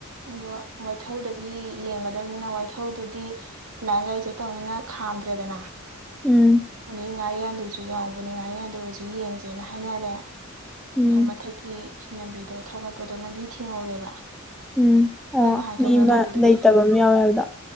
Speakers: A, on the right; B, in the centre.
A: ꯑꯣ ꯋꯥꯏꯊꯧꯗꯒꯤ ꯌꯦꯡꯒꯗꯕꯅꯤꯅ ꯋꯥꯏꯊꯧꯗꯨꯗꯤ ꯂꯥꯏꯟꯒꯩ ꯆꯠꯇꯧꯅꯤꯅ ꯈꯥꯝꯗ꯭ꯔꯦꯗꯅ
B: ꯎꯝ
A: ꯑꯗꯩ ꯉꯥꯔꯤꯌꯥꯟꯗꯨꯁꯨ ꯌꯥꯎꯕꯅꯦ ꯉꯥꯔꯤꯌꯥꯟꯗ ꯑꯣꯏꯔꯁꯨ ꯌꯦꯡꯁꯦꯅ ꯍꯥꯏꯅꯔꯦ
B: ꯎꯝ
A: ꯑꯗꯣ ꯃꯊꯛ ꯂꯝꯕꯤꯗꯣ ꯊꯧꯒꯠꯄꯗꯣ ꯂꯝꯕꯤ ꯊꯤꯡꯍꯧꯔꯦꯕ
B: ꯎꯝ
A: ꯃꯣꯏ
B: ꯑꯣ
A: ꯅꯍꯥꯟ
B: ꯃꯤ
A: ꯀꯩꯅꯣ
B: ꯑꯃ
A: ꯇꯧꯕꯗꯨꯒꯤ
B: ꯂꯩꯇꯕ ꯑꯃ ꯌꯥꯎꯋꯦ ꯍꯥꯏꯕꯗꯣ